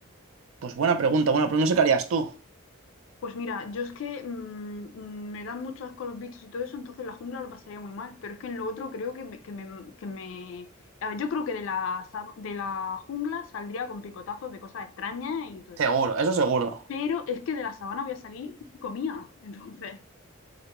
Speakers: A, on the right (about 70°); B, on the left (about 70°).
A: pues buena pregunta, bueno, pero no sé qué harías tú.
B: Pues mira, yo es que mm, mm, me dan mucho asco los bichos y todo eso, entonces la jungla lo pasaría muy mal. Pero es que en lo otro creo que me, que me, que me- A ver, yo creo que de la, sa- de la jungla saldría con picotazos de cosas extrañas y todo eso.
A: Seguro, eso seguro.
B: Pero es que de la sabana voy a salir <laughs> comida. Entonces,